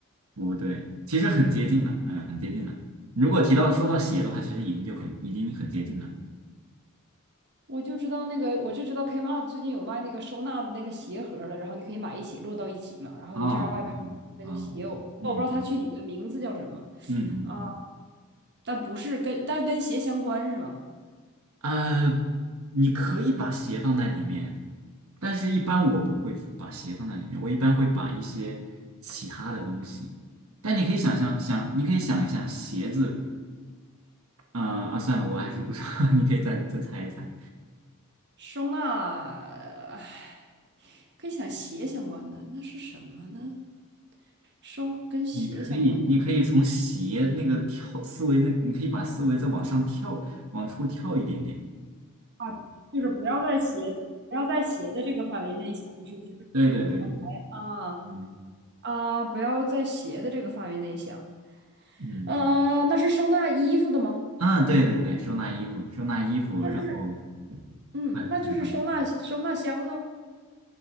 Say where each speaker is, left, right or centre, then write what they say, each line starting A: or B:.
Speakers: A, on the right; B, on the right.
A: 不对，其实很接近了，嗯，很接近了。如果提到说到鞋的话，其实已经就很已经很接近了。
B: 我就知道那个，我就知道 Kmart 最近有卖那个收纳的那个鞋盒儿了，然后你可以买一起摞到一起嘛，然后你这样外边还有那个鞋我我不知道它具体的名字叫什么
A: 哦，嗯哦嗯嗯嗯嗯。
B: 啊，
A: 嗯
B: 但不是跟但跟鞋相关是吗？
A: 呃，你可以把鞋放在里面，但是一般我不会把鞋放在里面，我一般会把一些其他的东西。但你可以想象，想你可以想一下鞋子，呃啊，算了，我还是不说，<laughs> 你可以再再猜一猜。
B: 收纳，唉跟想鞋相关的那是什么呢？收跟鞋相关的是
A: 你可以，你可以从鞋那个跳思维那，你可以把思维再往上跳，往出跳一点点。
B: 啊，就是不要在鞋不要在鞋的这个范围内想，是不是
A: 对对对，
B: ？OK 啊。
A: 嗯
B: 啊，不要在鞋的这个范围内想。
A: 嗯
B: 呃，那是收纳衣服的吗？
A: 嗯，对对对，收纳衣服，收纳衣服，
B: 那就是，
A: 然后
B: 嗯，
A: 哎，
B: 那就是收纳收纳箱喽。
A: 很长。